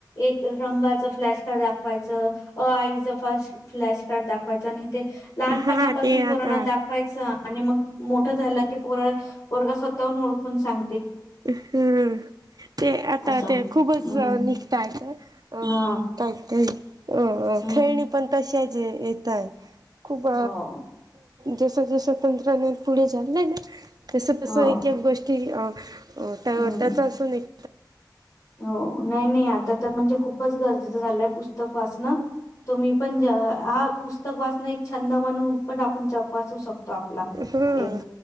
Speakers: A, on the left; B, on the right.
A: एक रंगाच फ्लॅश कार्ड दाखवायचं आईच फ फ्लॅश कार्ड दाख आणि ते लहानपणापासून
B: हा हा ते
A: पुरणात
B: आता
A: दाखवायच आणि मग मोठं झालं की पोर पोरगा स्वतःहून ओळखून सांग
B: हम ते आता
A: असं
B: ते खूपच
A: हम्म
B: निघतय ते अ
A: हा
B: काहीतरी अ
A: हम्म
B: खेळणी पण तशाच येतय खूप
A: हो
B: जस जसं तंत्रज्ञान पुढे झालंय ना तसं तसं
A: हो
B: एक एक गोष्टी त्या
A: हम्म
B: त्याचा असून एक
A: हो नाही नाही आता तर म्हणजे खूपच गरजेचं झालंय पुस्तक वाचणं तुम्ही पण जेव्हा हा पुस्तक वाचणं एक छंद म्हणू पण आपण चप वाचू शकतो आपला
B: ह
A: एक